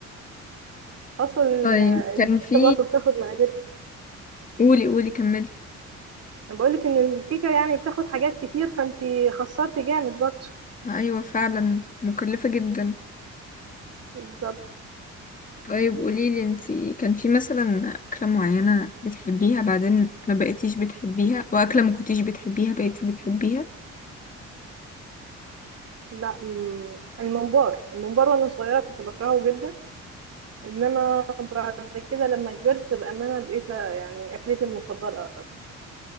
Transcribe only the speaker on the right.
اصلا
إن
الكيكه
برضو بتاخد مقادير
انا بقول لك ان الكيكه يعني بتاخد حاجات كتير فانت خسرتي جامد برضو
بالظبط
لا مم، الممبار الممبار وانا صغيره كنت بكرهه جدا انما بعد كده لما كبرت بامانه بقيت يعني اكلتي المفضله أعتبر.